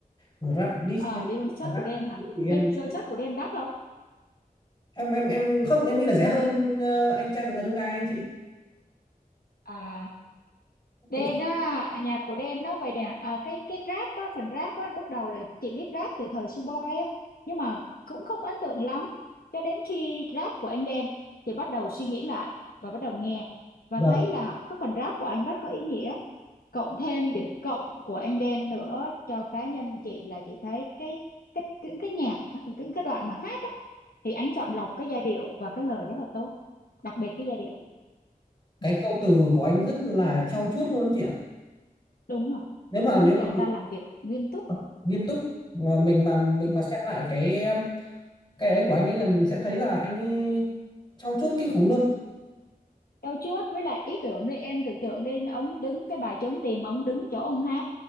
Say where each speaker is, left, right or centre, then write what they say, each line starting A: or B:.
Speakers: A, on the left; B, on the left.
A: Rap diss
B: à
A: nhau,
B: đi concert
A: rap
B: của Đen
A: các
B: hả
A: thứ thì em
B: đi concert của Đen đắt không
A: em em em không em nghĩ là rẻ hơn ờ, anh trai vượt ngàn chông gai ấy chị.
B: à Đen
A: Cũng
B: á, nhạc của Đen nó vậy nè, à, cái cái rap á, phần rap á, lúc đầu là chị biết rap từ thời Suboi á, nhưng mà cũng không ấn tượng lắm. Cho đến khi rap của anh Đen, thì bắt đầu suy nghĩ lại và bắt đầu nghe và
A: vâng,
B: thấy là cái phần rap của anh rất có ý nghĩa. Cộng thêm điểm cộng của anh Đen nữa cho cá nhân chị là chị thấy cái cái những cái nhạc, những cái đoạn mà hát á, thì anh chọn lọc cái giai điệu và cái lời rất là tốt, đặc biệt cái giai điệu.
A: cái
B: Ừ,
A: câu từ của anh rất là trau chuốt luôn ấy chị ạ.
B: đúng rồi,
A: Nếu mà
B: có
A: nếu
B: người
A: mà
B: ta làm việc nghiêm túc.
A: Ờ, nghiêm túc và mình mà mình
B: Ừ.
A: mà xem lại cái cái ấy của anh ấy là mình sẽ thấy là anh ấy trau chuốt kinh khủng luôn
B: Đâu trước với lại ý tưởng đi em tưởng tượng đi ông đứng cái bài trốn tìm ông đứng chỗ ông hát